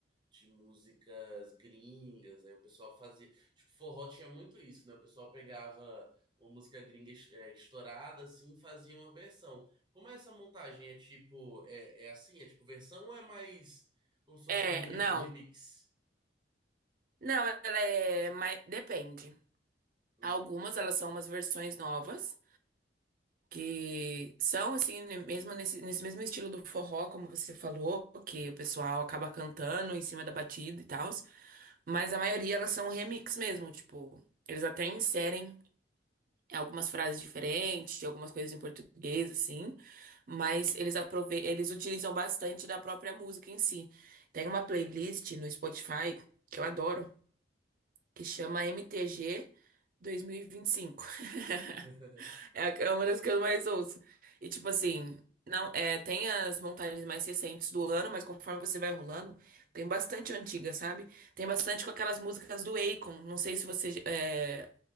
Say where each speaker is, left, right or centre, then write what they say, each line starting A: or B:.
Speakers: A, on the right; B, on the right.
A: de músicas gringas, aí o pessoal fazia. Tipo, forró tinha muito isso, né? O pessoal pegava uma música gringa es- é, estourada, assim, e fazia uma versão. Como é essa montagem? É tipo, é, é assim? É tipo versão ou é mais como se fosse
B: É,
A: um, re-
B: não.
A: um remix?
B: Não, ela é. Mas depende.
A: Hum.
B: Algumas elas são umas versões novas, que são assim, ne- mesmo nesse, nesse mesmo estilo do forró, como você falou, que o pessoal acaba cantando em cima da batida e tal. Mas a maioria elas são remix mesmo, tipo, eles até inserem. algumas frases diferentes, algumas coisas em português, assim, mas eles aprove eles utilizam bastante da própria música em si. Tem uma playlist no Spotify que eu adoro, que chama MTG 2025. <laughs>
A: <laughs>
B: É a- é uma das que eu mais ouço. E tipo assim, não, é, tem as montagens mais recentes do ano, mas conforme você vai rolando, tem bastante antiga, sabe? Tem bastante com aquelas músicas do Akon. Não sei se você é,